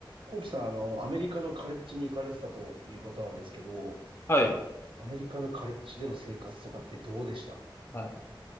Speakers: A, on the right; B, on the left.
A: コウキさん、あの、アメリカのカレッジに行かれてたということなんですけど、
B: はい。
A: アメリカのカレッジでの生活とかってどうでした
B: はい。